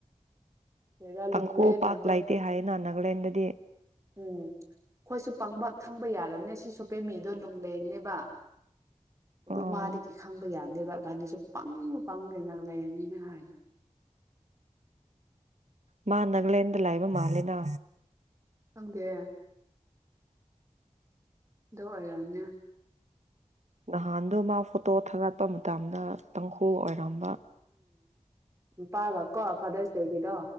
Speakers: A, on the right; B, on the right.
A: ꯂꯩꯔꯥ ꯂꯨꯡꯂꯦ
B: ꯇꯥꯡꯈꯨꯜ
A: ꯍꯥꯏꯕꯗꯣ
B: ꯄꯥꯛ ꯂꯩꯇꯦ ꯍꯥꯏꯌꯦꯅ ꯅꯥꯒꯥꯂꯦꯟꯗꯗꯤ
A: ꯎꯝ ꯑꯈꯣꯏꯁꯨ ꯄꯪꯕ ꯈꯪꯕ ꯌꯥꯔꯝꯅꯦ ꯁꯤ ꯁꯣꯄꯦ ꯃꯤꯗꯣ ꯂꯨꯡꯂꯦꯅꯦꯕ ꯑꯗꯣ
B: ꯑꯣ
A: ꯃꯥꯗꯒꯤ ꯈꯪꯕ ꯌꯥ ꯅꯦꯕ ꯐꯕꯥꯅꯥꯁꯨ ꯄꯪꯉ ꯄꯪꯉꯦ ꯅꯒꯥꯂꯦꯟ ꯂꯩꯅꯤꯅ ꯍꯥꯏ
B: ꯃꯥ ꯅꯒꯂꯦꯟꯗ ꯂꯩꯕ ꯃꯥꯜꯂꯦꯅ
A: ꯈꯪꯗꯦ ꯑꯗꯨ ꯑꯣꯏꯔꯝꯅꯤ
B: ꯅꯍꯥꯟꯗꯣ ꯃꯥ ꯐꯣꯇꯣ ꯊꯥꯒꯠꯄ ꯃꯇꯝꯗ ꯇꯪꯈꯨꯜ ꯑꯣꯏꯔꯝꯕ
A: ꯃꯄꯥꯒ ꯀꯣ ꯐꯥꯗꯔꯁ ꯗꯦꯒꯤꯗꯣ